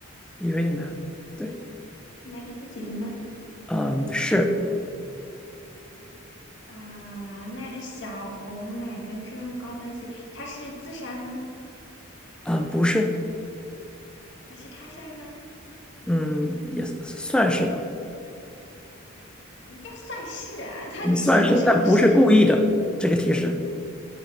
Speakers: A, in the centre; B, on the left.
A: 有一点难。对，
B: 是买给自己的吗？
A: 嗯，是，
B: 啊，那小红买跟这双高跟鞋，她是自杀吗？
A: 嗯，不是，
B: 她是他杀吗？
A: 嗯，也算是吧，
B: 什么叫算是啊，<laughs> 到底是还是不是
A: 嗯算是，但不是故意的，这个提示。